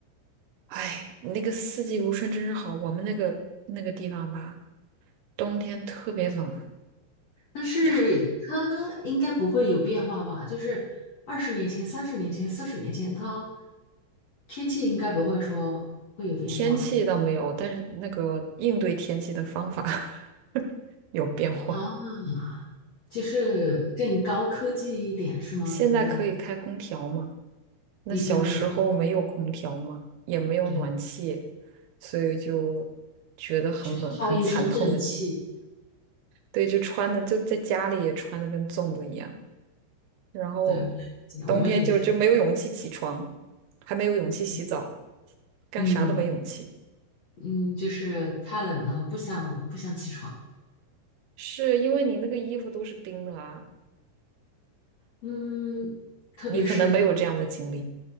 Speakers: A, on the right (about 80°); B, on the left (about 65°).
A: 哎，那个四季如春真是好。我们那个那个地方吧，冬天特别冷哎
B: 但是它应该不会有变化吧？
A: 呀，
B: 就是二十年前、三十年前、四十年前，它天气应该不会说会有变化
A: 天气倒没有，但是那个应对天气的方法 <laughs> 有变化。
B: 啊，就是更高科技一点是吗？
A: 现在可以开空调嘛？
B: 现在
A: 那小时候没有空调嘛，
B: 以前没有，
A: 也没有暖气，
B: 对，
A: 所以就觉得很冷，
B: 全靠一身正气，
A: 很惨痛的。对，就穿的就在家里也穿的跟粽子一样。然后
B: 对，我们
A: 冬天就就没有勇气起床，
B: 我们也是，
A: 还没有勇气洗澡，
B: 嗯
A: 干啥都没勇气，
B: 嗯嗯，就是太冷了，不想不想起床。
A: 是因为你那个衣服都是冰的啊，
B: 嗯，特别是
A: 你可能没有这样的经历，